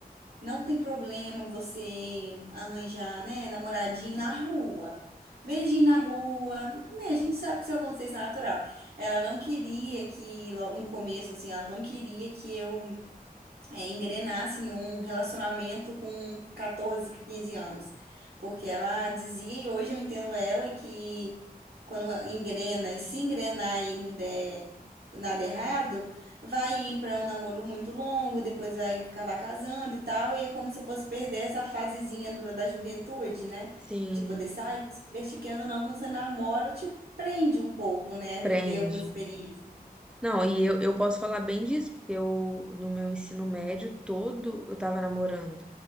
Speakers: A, on the right (about 85°); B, in the centre.
A: Não tem problema você arranjar, né, namoradinho na rua. Beijinho na rua, né? A gente sabe que isso vai acontecer, isso é natural. Ela não queria que, lo- no começo, assim, ela não queria que eu é, engrenasse num relacionamento com 14, 15 anos. Porque ela dizia, e hoje eu entendo ela, que quando engrena, e se engrenar e não der nada errado, vai ir para um namoro muito longo, depois vai acabar casando e tal, e é como se eu fosse perder essa fasezinha do- da juventude, né?
B: Sim,
A: De poder sair, se divertir, porque ainda não, quando você namora, te prende um pouco, né? Viver
B: prende.
A: algumas experiências.
B: Não, e eu, eu posso falar bem disso, porque eu, no meu ensino médio todo, eu tava namorando.